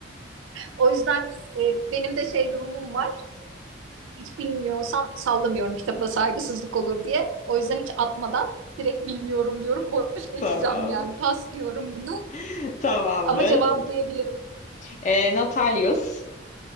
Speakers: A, on the right (about 80°); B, on the left (about 40°).
A: O yüzden e, benim de şey durumum var. hiç bilmiyorsam sallamıyorum kitaba saygısızlık olur diye. O yüzden hiç atmadan direkt bilmiyorum diyorum. Boş geçeceğim
B: Tamam.
A: yani. Pas diyorum bunu.
B: <laughs> Tamamdır.
A: Ama cevabı duyabilirim.
B: Ee, Natalius.